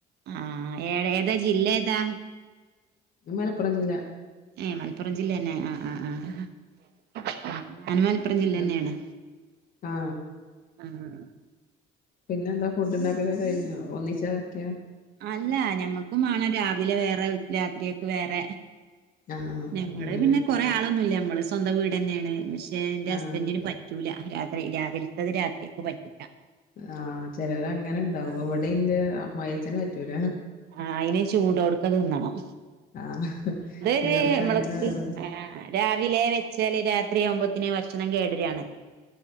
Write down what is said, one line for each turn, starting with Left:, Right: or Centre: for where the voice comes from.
Right: ആ ഏ ഏതാ ജില്ല ഏതാ?
Left: ഇത് മലപ്പുറം ജില്ല.
Right: ഏ മലപ്പുറം ജില്ല ന്നെ ആ ആ ആ ഞാൻ മലപ്പുറം ജില്ല
Left: <unintelligible>
Right: തന്നെയാണ്
Left: ആ
Right: ആ
Left: പിന്നെന്താ ഫുഡ്ണ്ടാക്കലൊക്കെ കഴിഞ്ഞോ? ഒന്നിച്ചാ വയ്ക്ക?
Right: അല്ല ഞമ്മക്കും വാണം രാവിലെ വേറെ രാത്രികക്ക്‌ വേറെ
Left: ആഹ്
Right: ഞമ്മള്
Left: അങ്ങനെ
Right: പിന്നെ കൊറെ ആളൊന്നുവില്ല ഞമ്മള് സ്വന്തം വീടെന്നേണ് പക്ഷെ എന്റെ
Left: ആഹ്
Right: ഹസ്ബന്റിന് പറ്റൂല രാത്രി രാവിൽത്തത് രാത്രിക്ക്‌ പറ്റൂല
Left: ആഹ് ചെലവര് അങ്ങനെ ണ്ടാവും
Right: ആഹ്
Left: ഇവിടെ ന്റെ അമ്മായച്ഛന് പറ്റൂല
Right: ആ അയിന് ചൂടോട്ക്കെ തിന്നണം
Left: ആഹ് ചിലർക്ക്
Right: <unintelligible>
Left: അങ്ങനെ
Right: നമ്മള്ക്ക്‌
Left: ഓരോ
Right: രാവിലെ വെച്ചാല് രാ ത്രിയാവുമ്പോത്തിന് ഭക്ഷണം കേടരാണ്ലോ